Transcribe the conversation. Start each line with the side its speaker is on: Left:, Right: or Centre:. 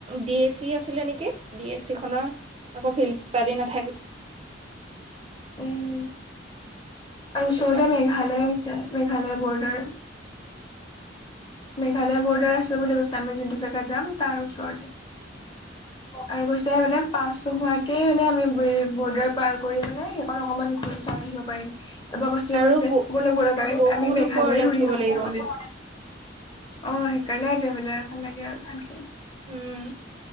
Right: বি এ চি আছিল আছিলে নেকি ডি এছ চি খনৰ আকৌ ফিল্ড ষ্টাডি নাথাকিল।
Left: উম। আৰু
Right: সেইটো
Left: ওচৰতে
Right: কাৰণে।
Left: মেঘালয় আছে, মেঘালয় বৰ্ডাৰ। মেঘালয় বৰ্ডাৰ আছে বুলি কৈছে, আমি যোনটো জেগা যাম, তাৰ ওচৰতে।
Right: <inaudible>
Left: আৰু কৈছে মানে পাচ নোহোৱাকে মানে, আমি বৰ্ডাৰ পাৰ কৰি মানে, সেইখন অকমান ঘূৰি। আহিব পাৰিম তাৰপৰা কস্তূৰি
Right: আৰু
Left: কৈছে,
Right: ব
Left: বলক বলা কাৰিম
Right: বহুত
Left: আমি মেঘালয়ে
Right: ওপৰলে উঠিব
Left: ঘূৰি আহোগে
Right: লাগিব।
Left: বুলি। অহ, সেইকাৰে ট্ৰেভেলাৰ এখন লাগে আৰু ভালকে।
Right: উম।